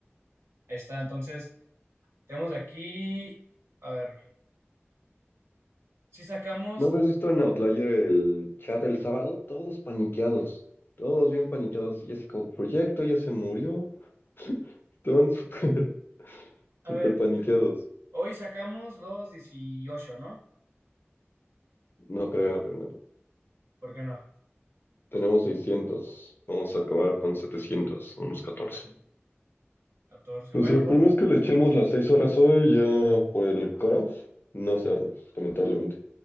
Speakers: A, on the right (about 70°); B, on the left (about 55°).
A: Ahí está, entonces, tenemos de aquí, a ver, si sacamos,
B: ¿No habías visto en Outlier el chat el sábado? Todos paniqueados, todos bien paniqueados, ya se acabó el proyecto, ya se murió, estaban súper, <laughs> súper
A: a ver,
B: paniqueados.
A: hoy sacamos los dieciocho ¿no?
B: No creo, carnal.
A: ¿Por qué no?
B: Tenemos 600. Vamos a acabar con 700, unos 14.
A: catorce
B: O
A: Bueno,
B: sea, por más que le echemos las 6 horas hoy, ya por el cutoff, no se arma, lamentablemente.